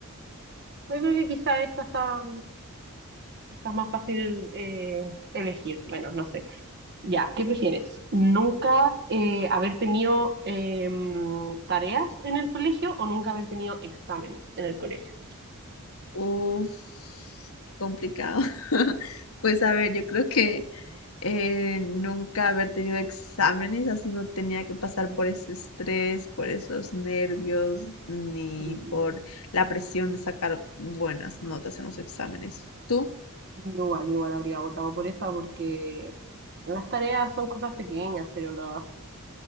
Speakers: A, on the right; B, on the left.
A: yo creo que quizás esta está, está más fácil eh, elegir. Bueno, no sé. Ya, ¿qué prefieres? ¿Nunca eh, haber tenido eh, tareas en el colegio o nunca haber tenido exámenes en el colegio?
B: Uf, qué complicado. <laughs> Pues a ver, yo creo que eh, nunca haber tenido exámenes, así no tenía que pasar por ese estrés, por esos nervios, ni
A: Y
B: por la presión de sacar buenas notas en los exámenes. ¿Tú?
A: yo igual, yo igual habría votado por esa porque las tareas son cosas pequeñas, pero los,